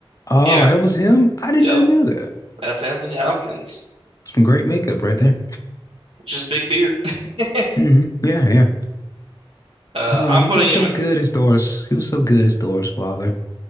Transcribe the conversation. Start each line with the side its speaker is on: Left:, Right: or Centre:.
Left: Oh,
Right: yeah,
Left: it was him? I did
Right: yep.
Left: not know that.
Right: That's Anthony Hopkins.
Left: Some great makeup right there.
Right: Just big beard. <laughs>
Left: hmm Yeah. Yeah.
Right: Uh,
Left: Oh,
Right: I'm
Left: he
Right: putting
Left: was so
Right: him. in.
Left: good as Doris. He was so good as Doris' father.